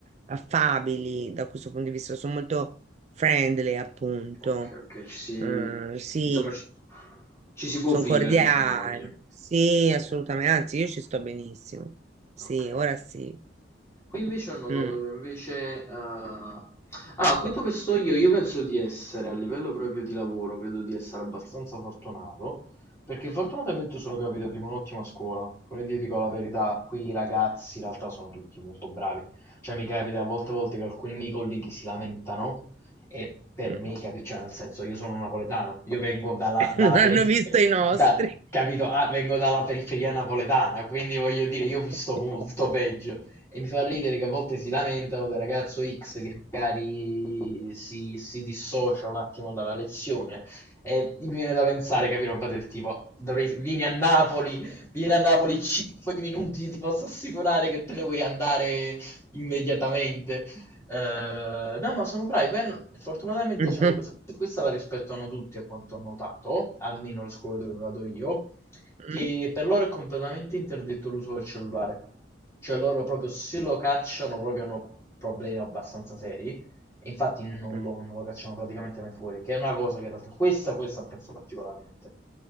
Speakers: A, on the right; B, on the left.
A: affabili da questo punto di vista, sono molto friendly, appunto.
B: Ok, ok, ci si...
A: Eh, sì,
B: insomma ci, ci si può
A: sono
B: vivere,
A: cordiali.
B: diciamo così. Ok,
A: Sì, assolutamente,
B: ok,
A: anzi,
B: ok. ok.
A: io ci sto benissimo. Sì,
B: Ok.
A: ora sì.
B: Qui invece ho notato
A: Mm.
B: che invece... eh, Allora, qui dove sto io, io penso di essere, a livello proprio di lavoro, credo di essere abbastanza fortunato, perché fortunatamente sono capitato in un'ottima scuola. Come ti dico la verità, qui i ragazzi in realtà sono tutti molto bravi. Cioè mi capita a volte, a volte che alcuni miei colleghi si lamentano e per
A: Mm.
B: me, capi- cioè nel senso, io sono napoletano, io vengo dalla,
A: <laughs>
B: dalla
A: Non hanno
B: periferia,
A: visto i nostri.
B: da, capito? Ah, vengo dalla periferia napoletana, quindi voglio dire,
A: <laughs>
B: io ho visto molto peggio. E mi fa ridere che a volte si lamentano del ragazzo X che magari si, si dissocia un attimo dalla lezione. E mi viene da pensare, capire roba del tipo, dovrei- vieni a Napoli, vieni a Napoli 5 minuti, ti posso assicurare che te ne vuoi andare immediatamente. Eh, no, ma sono bravi. per- fortunatamente
A: Mm.
B: c'hanno questa,
A: <laughs>
B: questa la rispettano tutti, a quanto ho notato, almeno le scuole dove vado io
A: Mm,
B: che per loro è completamente interdetto l'uso del cellulare. Cioè loro proprio se lo cacciano proprio hanno problemi abbastanza seri e infatti non
A: mm,
B: lo, non lo cacciano praticamente mai fuori, che è una cosa che in realtà questa, questa apprezzo particolarmente.